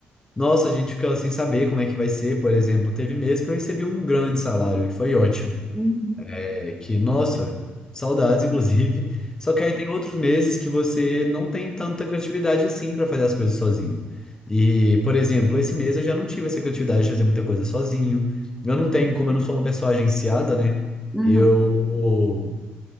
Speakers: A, on the left; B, in the centre.
A: nossa, a gente fica sem saber como é que vai ser, por exemplo. Teve mês que eu recebi um grande salário, que foi ótimo.
B: hum,
A: É que, nossa, saudades, inclusive. Só que aí tem outros meses que você não tem tanta criatividade assim pra fazer as coisas sozinho. E, por exemplo, esse mês eu já não tive essa criatividade de fazer muita coisa sozinho. Eu não tenho, como
B: hum.
A: eu não sou uma pessoa agenciada, né?
B: Uhum.
A: Eu,